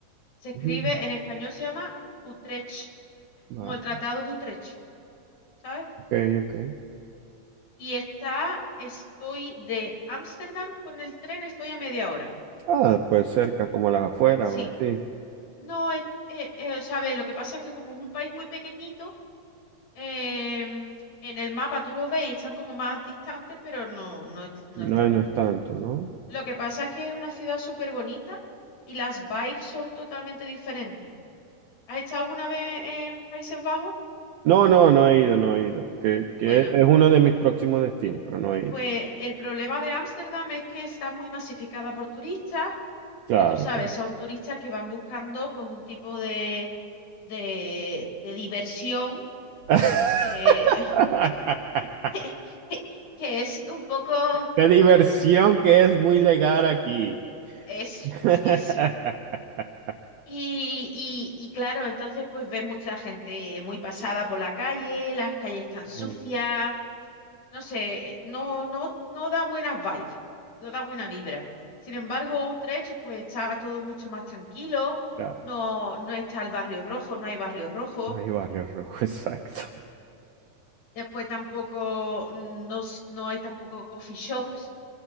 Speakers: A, on the left (about 65°); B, on the right (about 80°).
A: Se escribe
B: ujú.
A: en español, se llama Utrecht,
B: Vale,
A: como el Tratado de Utrecht, ¿sabes?
B: ok, ok.
A: Y está, estoy de Ámsterdam con el tren, estoy a media hora.
B: Ah, pues cerca, como las afueras
A: Sí,
B: o así.
A: no, es, eh, eh, ¿sabes? Lo que pasa es que como es un país muy pequeñito, em, en el mapa tú lo ves y están como más distantes, pero no, no es, no
B: No,
A: es tanto.
B: no es tanto, ¿no?
A: Lo que pasa es que es una ciudad súper bonita y las vibes son totalmente diferentes. ¿Has estado alguna vez en Países Bajos?
B: No, no, no he ido, no he ido. Que, que
A: Bueno,
B: es uno de mis próximos destinos, pero no he
A: pues
B: ido.
A: el problema de Ámsterdam es que está muy masificada por turistas
B: Claro,
A: y tú sabes,
B: claro.
A: son turistas que van buscando pues un tipo de, de, de diversión
B: <laughs>
A: que, <laughs> que es un poco
B: Qué diversión que es muy legal aquí.
A: eso,
B: <laughs>
A: eso. Y, y, y claro, entonces pues ves mucha gente muy pasada por la calle, las calles están sucias,
B: Mm,
A: no sé, eh, no, no, no da buenas vibes, no da buena vibra. Sin embargo, Utrecht pues está todo mucho más tranquilo,
B: Claro,
A: no, no está el barrio rojo, no hay barrio rojo,
B: no hay barrio rojo, <laughs> exacto.
A: después tampoco mm, no, s- no hay tampoco coffee shops